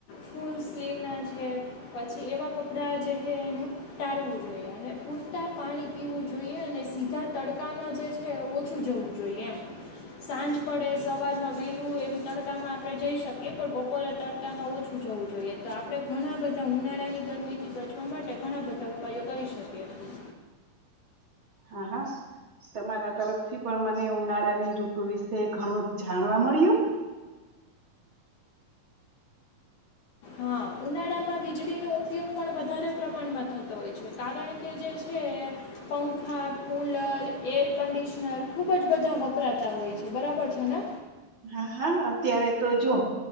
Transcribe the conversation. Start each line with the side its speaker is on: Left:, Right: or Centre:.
Left: ફૂલ સ્લીવ ના છે પછી એવા કપડા જે છે, એનું ટાળવું જોઈએ અને પૂરતા પાણી પીવું જોઈએ અને સીધા તડકામાં જે છે, ઓછું જવું જોઈએ એમ સાંજ પડે સવારમાં વહેલું એમ તડકામાં. આપણે જઈ, શકીએ પણ બપોરે તડકામાં ઓછું જવું જોઈએ તો આપણે ઘણા બધા ઉનાળાની ગરમીથી, બચવા માટે ઘણા બધા ઉપાયો કરી શકીએીએ.
Right: હા હા તમારા તરફથી પણ, મને ઉનાળાની ઋતુ વિશે ઘણું જાણવા મળ્યું.
Left: હા, ઉનાળામાં વીજળીનો ઉપયોગ પણ વધારે પ્રમાણમાં થતો હોય છે, કારણ કે જે છે, પંખા કુલર એર કન્ડિશનર ખૂબજ બધા વપરાતા હોય, છે, બરાબર છેને.
Right: હા, હા અત્યારે તો જો